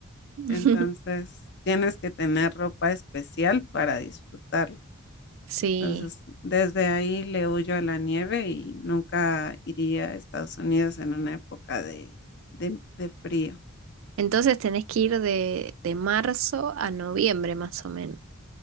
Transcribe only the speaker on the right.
<laughs>
Sí.
Entonces tenés que ir de, de marzo a noviembre más o menos.